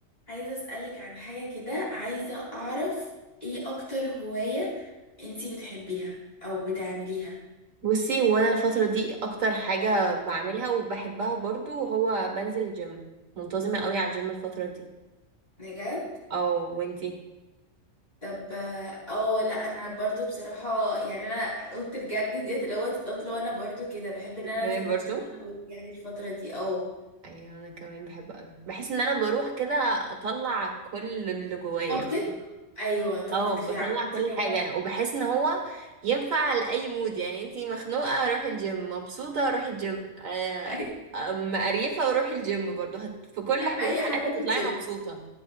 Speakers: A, on the left (about 30°); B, on the right (about 75°).
A: عايزة أسألك عن حاجة كده عايزة أعرف إيه أكتر هواية أنتي بتحبيها أو بتعمليها
B: بصي وانا الفترة دي اكتر حاجة بعملها وبحبها برضو هو بنزل جيم منتظمة قوي على الجيم الفترة دي
A: بجد؟
B: او وانتي
A: طب اه لا انا برضو بصراحة يعني انا قلت بجد ديت اللي هو اتصدمت اللي هو انا برضو كده بحب ان انا
B: كمان
A: انزل
B: برضو
A: الجيم او يعني الفترة دي اه
B: ايوه انا كمان بحب قوي بحس ان انا بروح كده اطلع كل اللي جوايا
A: طاقتك ايوه طاقتك
B: او
A: في
B: بطلع
A: عارفة انت
B: كل
A: اللي
B: حاجة
A: هو
B: وبحس ان هو ينفع لأي مود يعني انتي مخنوقة روحي الجيم مبسوطة روحي الجيم آه،
A: <laughs>
B: أم- قريفة وروحي الجيم برضو هت... في كل الحالات
A: اي حاجة روح
B: هتطلعي
A: الجيم
B: مبسوطة